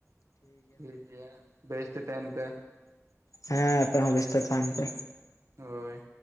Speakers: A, on the right; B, on the left.
A: ᱴᱷᱤᱠ ᱜᱮᱭᱟ, ᱵᱮᱥ ᱛᱮ ᱛᱟᱦᱮᱱ ᱯᱮ᱾
B: ᱦᱮᱸ ᱟᱯᱮ ᱦᱚᱸ ᱵᱮᱥ ᱛᱮ ᱛᱟᱸᱦᱮᱱ ᱯᱮ᱾
A: ᱦᱳᱭ᱾